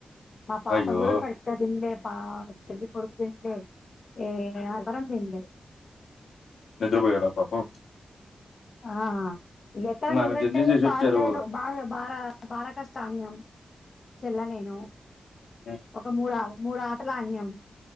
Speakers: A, on the left; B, on the left.
A: మా పాప
B: అయ్యో!
A: గూడా సరిగ్గా దిన్లే పా చెల్లి కొడుకు పెళ్ళె ఏ మేమందరం దిన్లే
B: నిద్రపోయారా పాపం
A: ఆఆ ఇగా ఎక్కడ
B: హ్మ్.
A: నిద్రలేదు
B: ఆమె జర్నీ చేసి
A: పాడులేదు
B: వచ్చారు.
A: బా బాగా పాళ్ళ కష్టం అనియం చెల్ల నేను
B: హ్మ్.
A: ఒక మూడా మూడాటలాడినం